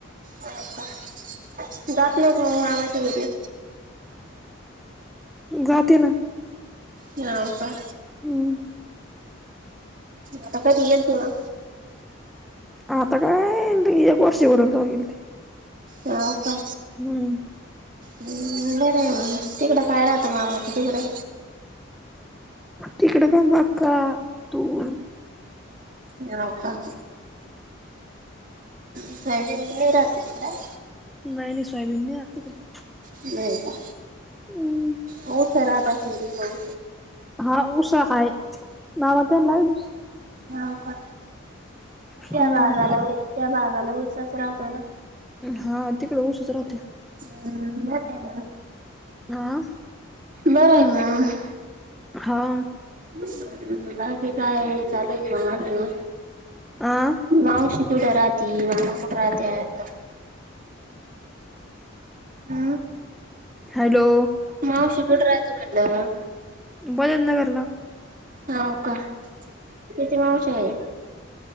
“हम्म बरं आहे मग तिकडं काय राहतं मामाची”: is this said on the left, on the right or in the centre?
Right